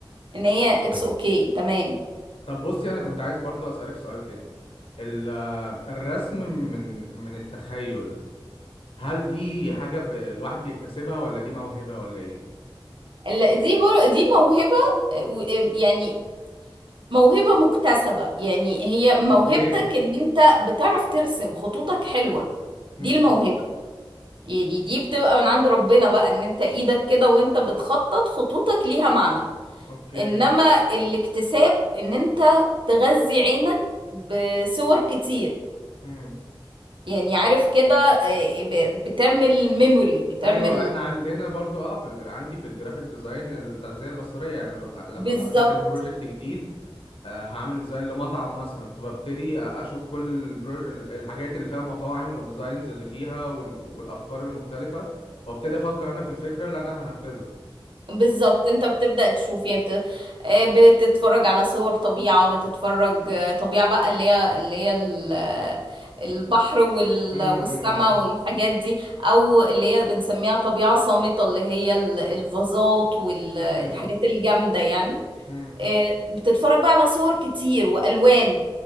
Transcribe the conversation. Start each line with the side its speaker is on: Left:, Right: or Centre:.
Right: ان هي اتس اوكي okay, تمام
Left: طب بصي انا كنت عايز برضو اسالك سؤال تاني ال- آه، الرسم من من التخيل هل دي حاجه ب- الواحد بيكتسبها ولا دي موهبه ولا ايه
Right: ال- دي بر... دي موهبة آه، و- يعني موهبة مكتسبة يعني هي موهبتك
Left: اوكي
Right: ان انت بتعرف ترسم خطوطك حلوة
Left: امم
Right: دي الموهبة يعني دي بتبقى من عند ربنا بقى ان انت ايدك كده وانت بتخطط خطوطك ليها معنى
Left: اوكي
Right: انما الاكتساب ان انت تغذي عينك بصور كتير
Left: امم
Right: يعني عارف كده آه، ب- بتعمل ميموري بتعمل
Left: ايوه احنا عندنا برضو اه في ال... عندي في الجرافيك ديزاين التغذيه البصريه يعني ببقى... لما
Right: بالظبط
Left: ببقى داخل بروجكت جديد آه هعمل ديزاين لمطعم مثلا فببتدي أ- اشوف كل البرو... ال- الحاجات اللي فيها مطاعم والديزاينز اللي فيها وال... والافكار المختلفه وابتدي افكر انا في الفكره اللي انا هنفذها
Right: بالظبط انت بتبدأ تشوف يعني بت... آه، بتتفرج على صور طبيعة وبتتفرج آه، طبيعة بقى اللي هي اللي هي ال- آه، البحر وال...
Left: مم،
Right: والسماء
Left: مم، مم،
Right: والحاجات دي او اللي هي بنسميها طبيعة صامتة اللي هي ال- الفازات والحاجات
Left: مم،
Right: الجامدة يعني
Left: مم،
Right: آه، بتتفرج بقى على صور كتير والوان